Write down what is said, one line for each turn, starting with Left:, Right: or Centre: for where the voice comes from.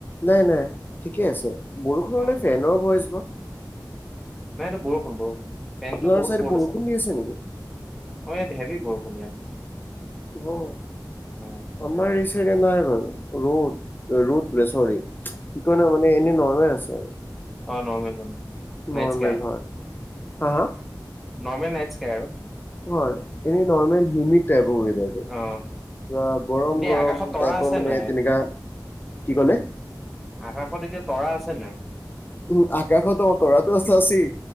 Left: নাই নাই ঠিকে আছে, বৰষুণে
Centre: অ
Left: ফেনৰ ভইচ বা?
Centre: নাই এইটো বৰষুণ, বৰষুণ ফেনটো
Left: আপোনাৰ
Centre: বহুত
Left: চাইডে
Centre: ওপৰত
Left: বৰষুণ
Centre: আছে।
Left: দি নেকি
Centre: অ' ইয়াত হেবি বৰষুণ ইয়াত।
Left: অ'
Centre: অ সেইকাৰণে
Left: আমাৰ এইচাইদে নাই বাৰু ৰ'দ ৰ'দ বোলে চৰি কি কয় ন মানে এনে নৰ্মেল আছে, আৰু
Centre: অ নৰ্মেল মানে নাইট
Left: নৰ্মেল
Centre: স্কাই
Left: হয়। হা হা?
Centre: নৰ্মেল <unintelligible> আৰু।
Left: হয় এনে নৰ্মল হিউমিদ তাইপ ৱেডাৰটো। কিবা
Centre: অ
Left: গৰম
Centre: এনেই
Left: গৰম
Centre: আকাশত তৰা
Left: টাইপৰ
Centre: আছে
Left: মানে
Centre: নাই
Left: তেনেকা কি কলে?
Centre: আকাশত এতিয়া তৰা আছে নাই?
Left: উম, আকাশতটো তৰাটো আছে, আছেই।